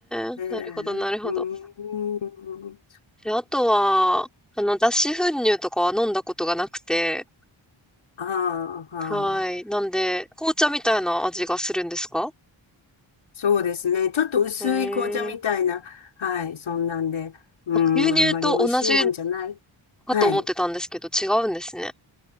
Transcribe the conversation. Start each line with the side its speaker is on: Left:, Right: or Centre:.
Centre: えー、
Left: え。ええ、
Centre: なるほど、なるほど。
Left: うーん。
Centre: で、あとは、あの、脱脂粉乳とかは飲んだことがなくて、
Left: ああ、
Centre: はい。
Left: ああ
Centre: なんで、紅茶みたいな味がするんですか
Left: そうですね。ちょっと薄い紅茶みたいな。
Centre: ええー。
Left: はい、そんなんで。うーん、
Centre: なんか牛乳と同じ
Left: あんまり美味しいもんじゃない。
Centre: かと思ってたんですけど、
Left: はい。
Centre: 違うんですね。